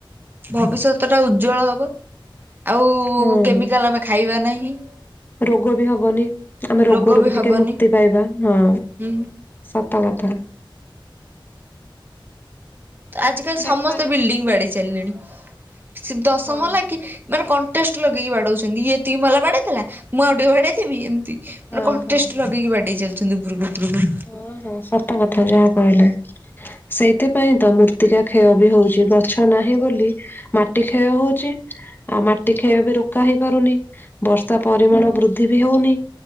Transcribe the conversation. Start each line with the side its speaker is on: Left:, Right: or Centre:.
Right: ଭବିଷ୍ୟତ ଟା ଉଜ୍ଜଳ ହବ। ଆଉ
Left: ହୁଁ
Right: କେମିକାଲ ଆମେ ଖାଇବା ନାହିଁ।
Left: ରୋଗ ବି ହବନି। ଆମେ ରୋଗରୁ
Right: ରୋଗ
Left: ବି
Right: ହବନି।
Left: ଟିକେ ମୁକ୍ତି ପାଇବା। ହଁ।
Right: ହୁଁ
Left: ସତକଥା।
Right: ଆଜି କାଲି ସମସ୍ତେ
Left: ଦେଖାଯାଉ
Right: ବିଲ୍ଡିଙ୍ଗ ବାଡେଇ ସାରିଲେଣି। ସେ ଦଶମହଲା
Left: ହଁ
Right: କି ମାନେ କଣ୍ଟେଷ୍ଟ ଲଗେଇକି ବାଡଉଛନ୍ତି। ଇଏ ଏତିକି ମହଲା ବାଡେଇଦେଲା ମୁଁ ଆଉ ଟିକେ ବାଡେଇଦେବି ଏମିତି। ମାନେ
Left: ହଁ
Right: କଣ୍ଟେଷ୍ଟ
Left: ହଁ।
Right: ଲଗେଇକି ବାଡେଇ ଚାଲିଛନ୍ତି ଉପରକୁ ଉପରକୁ।
Left: ହଁ ହଁ ସତ କଥା ଯାହା କହିଲେ। ସେଇଥିପାଇଁ ତ ମୃର୍ତ୍ତିକା କ୍ଷୟ ବି ହଉଚି। ଗଛ ନାହିଁ ବୋଲି ମାଟି କ୍ଷୟ ହଉଚି। ଆଉ ମାଟି କ୍ଷୟ ବି ରୋକା ହେଇ ପାରୁନି। ବର୍ଷା ପରିମାଣ ବୃଦ୍ଧି ବି ହଉନି।